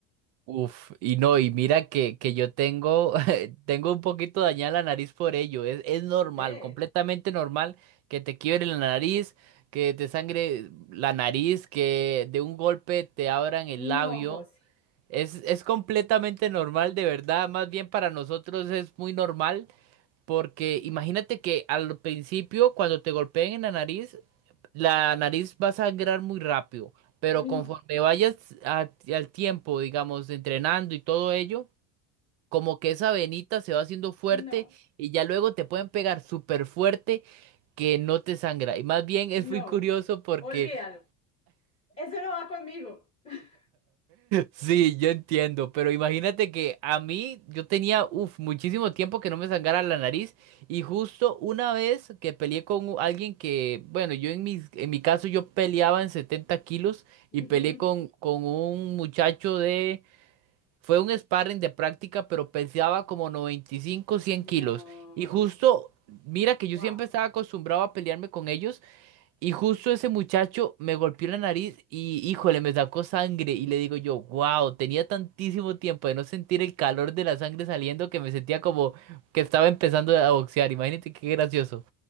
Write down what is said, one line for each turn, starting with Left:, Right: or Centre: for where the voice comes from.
Right: Uf, y no, y mira que, que yo tengo, <laughs> tengo un poquito dañada la nariz por ello. Es, es normal,
Left: Ve,
Right: completamente normal que te quiebre la nariz, que te sangre la nariz, que de un golpe te abran
Left: no,
Right: el labio.
Left: José,
Right: Es, es completamente normal, de verdad. Más bien para nosotros es muy normal, porque imagínate que al principio, cuando te golpeen en la nariz, la nariz va a sangrar muy rápido, pero
Left: no,
Right: conforme vayas a- al tiempo, digamos, entrenando y todo ello, como que esa venita se va haciendo fuerte
Left: no,
Right: y ya luego te pueden pegar súper fuerte que no te sangra. Y más bien es
Left: no,
Right: muy curioso porque
Left: olvídalo, eso no va conmigo. <laughs>
Right: Sí, yo entiendo, pero imagínate que a mí yo tenía, uf, muchísimo tiempo que no me sangrara la nariz y justo una vez que peleé con u- alguien que, bueno, yo en mi, en mi caso yo peleaba en 70 kilos y
Left: Ujú,
Right: peleé con, con un muchacho de, fue un sparring de práctica, pero pesaba como noventa y cinco cien
Left: No,
Right: kilos y justo, mira que
Left: wow.
Right: yo siempre estaba acostumbrado a pelearme con ellos y justo ese muchacho me golpeó la nariz y, híjole, me sacó sangre. Y le digo yo, wow, tenía tantísimo tiempo de no sentir el calor de la sangre saliendo que me sentía como que estaba empezando a boxear. Imagínate qué gracioso.